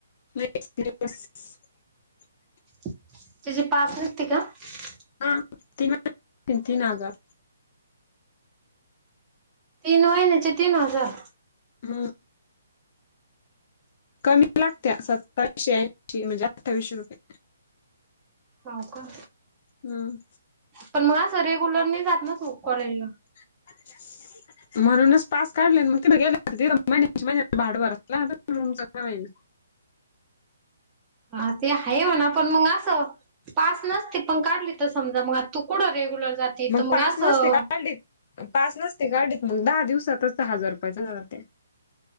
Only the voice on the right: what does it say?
<inaudible>
तीन महिन्याचे तीन हजार?
हो का
पण मला असं रेग्युलर नाही जात ना तु कॉलेजला?
ह ते आहे म्हणा, पण मग असं पास नसते पण काढली तर समजा मग, आता तू कुठ रेग्युलर. जाते
तर
असं